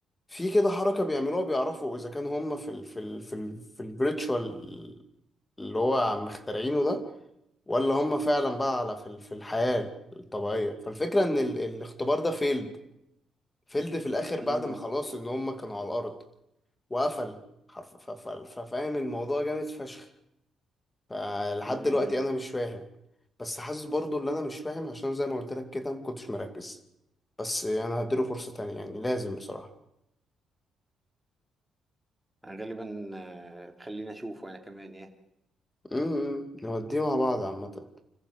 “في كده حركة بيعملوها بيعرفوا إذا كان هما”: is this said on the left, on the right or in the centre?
Left